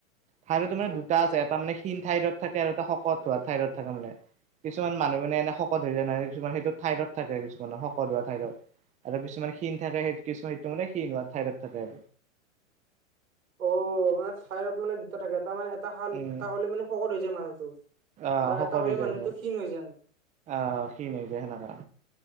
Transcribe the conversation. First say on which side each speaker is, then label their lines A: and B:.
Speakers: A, on the right; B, on the right.
A: থাৰ্ডৰদ
B: আচ্ছা
A: মানে দুটা
B: আচ্ছা
A: আছে এটা মানে খীন থাৰড থাকে আৰু এটা শকত। থাইৰইড থাকা মানে। কিছুমান মানুহ মানে এনে শকত হৈ যায় নাই। কিছুমান সেইটো ঠাইডত থাকে কিছুমানৰ শকত হোৱা ঠাইডত আৰু কিছুমান খীণ থাকে স কিছুমান সটো মানে শিন থঠাইডত থাকে।
B: <unintelligible> অ মানেথাইৰদ মানে দুটা থাকে। মানে এটা
A: উম।
B: হ'লে মানে শকত হৈ যায় মানুহটো।
A: আহ
B: আৰু
A: শকত
B: এটা হলে
A: হৈ যাব
B: মানুহটো ক্ষীণ হৈ যায় আৰু।
A: আহ খি ন হৈযায় সেনে কৰা।